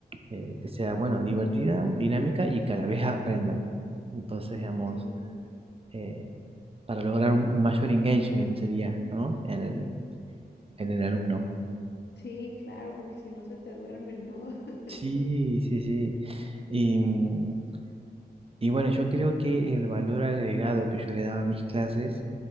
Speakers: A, on the right; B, on the left.
A: eh, que sea, bueno, divertida, dinámica y que a la vez aprenda Entonces, digamos,
B: Sí,
A: eh, para lograr un un mayor engagement sería, ¿no? En el, en el alumno.
B: sí, claro, porque si no se te duermen, ¿no? <laughs>
A: Sí, sí, sí. Y, mm, Y bueno, yo creo que el valor agregado que yo le daba a mis clases